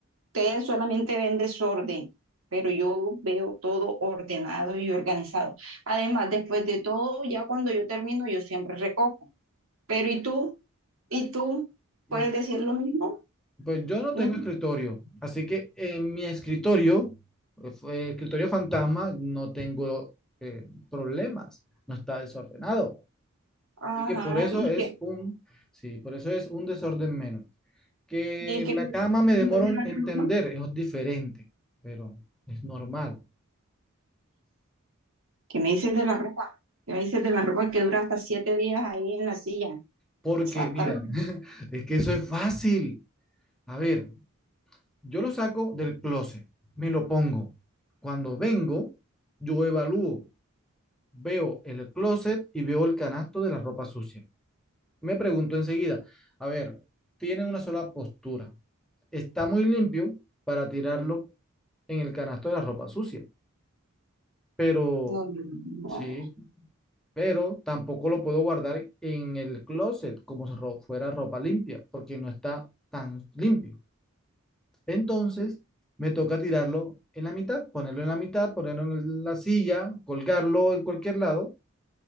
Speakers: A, on the right; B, in the centre.
A: Ustedes solamente ven desorden, pero yo veo todo ordenado y organizado. Además, después de todo, ya cuando yo termino, yo siempre recojo. Pero ¿y tú? ¿Y tú puedes
B: Mm,
A: decir lo mismo?
B: Pues yo no
A: Mm,
B: tengo escritorio, así que en mi escritorio, eh, fue- escritorio fantasma, no tengo eh, problemas, no está desordenado.
A: Ajá,
B: Así que por eso
A: ¿y
B: es
A: qué?
B: un, sí, por eso es un desorden menos. que
A: ¿Y qué
B: la
A: qué
B: cama me
A: me
B: demoro
A: dices de
B: en
A: la
B: entender,
A: ropa?
B: es diferente, pero es normal.
A: ¿Qué me dices de la ropa? ¿Qué me dices de la ropa que dura hasta siete días ahí en la silla?
B: Porque,
A: Sácala.
B: mira, <laughs> es que eso es fácil. A ver, yo lo saco del closet, me lo pongo. Cuando vengo, yo evalúo, veo el closet y veo el canasto de la ropa sucia. Me pregunto enseguida, a ver, tiene una sola postura. Está muy limpio para tirarlo en el canasto de la ropa sucia. Pero
A: No, no, no.
B: sí, pero tampoco lo puedo guardar en el closet como si ro- fuera ropa limpia, porque no está tan limpio. Entonces, me toca tirarlo en la mitad, ponerlo en la mitad, ponerlo en la silla, colgarlo en cualquier lado,